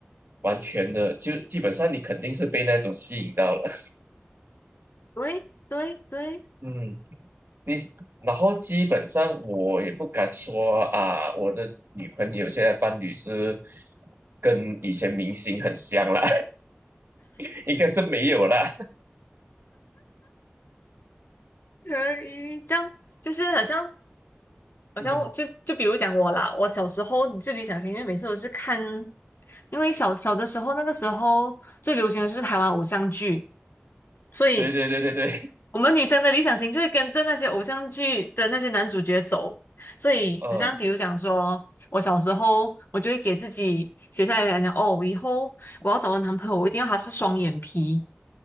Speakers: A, on the right (about 65°); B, on the left (about 60°).
A: 完全的，就基本上你肯定是被那种吸引到了。
B: 对对对，
A: 嗯，你然后基本上我也不敢说啊，我的女朋友现在伴侣是跟以前明星很像啦，<laughs> 应该是没有啦。
B: 可以这样，就是好像好像就就比如讲我啦，
A: <laughs>
B: 我小时候最理想型，因为每次都是看，因为小小的时候那个时候最流行的就是台湾偶像剧，所以
A: 对对对对对，
B: 我们女生的理想型就是跟着那些偶像剧的那些男主角走，所以好像比如讲说，
A: 嗯
B: 我小时候我就会给自己写下来讲，哦，我以后我要找的男朋友，我一定要他是双眼皮，